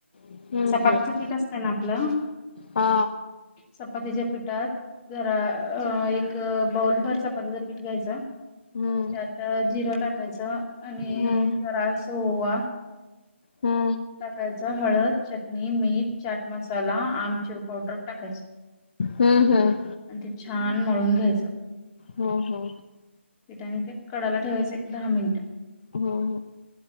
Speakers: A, on the left (about 50°); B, on the left (about 20°).
A: हम्म
B: चपातीचं
A: हम्म
B: पीठ असतं ना आपलं
A: हा
B: चपातीच्या पीठात जरा अ एक बाऊलभर चपातीचं पीठ घ्यायच.
A: हम्म
B: त्यात जिरं टाकायचं आणि
A: हम्म
B: जरास ओवा.
A: हा
B: टाकायचा. हळद, चटणी, मीठ, चाट मसाला, आमचुर पावडर टाकायच
A: हम्म, हम्म
B: आणि ते, छान मळून घ्यायचं.
A: हो हो.
B: पीठ आणि ते कडला ठेवायचं एक दहा मिनिटं.
A: हो हो.